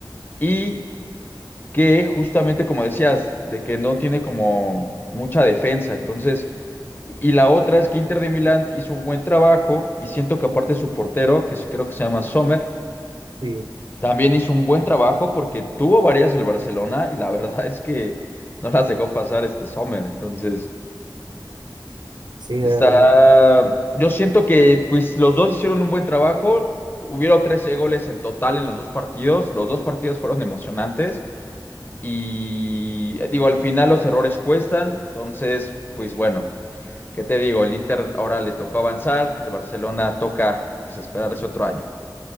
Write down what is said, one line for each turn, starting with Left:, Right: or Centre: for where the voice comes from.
Left: Y que justamente, como decías, de que no tiene como mucha defensa. Entonces, y la otra es que Inter de Milán hizo un buen trabajo y siento que aparte su portero, que creo que se llama Sommer,
Right: Sí,
Left: También hizo un buen trabajo porque tuvo varias el Barcelona y la <laughs> verdad es que no las dejó pasar este Sommer. Entonces,
Right: sí, de
Left: está.
Right: verdad
Left: Yo siento que pues los dos hicieron un buen trabajo. Hubieron 13 goles en total en los dos partidos. Los dos partidos fueron emocionantes. Y eh, digo, al final los errores cuestan. Entonces, pues bueno, ¿qué te digo? El Inter ahora le tocó avanzar. El Barcelona toca pues esperar ese otro año.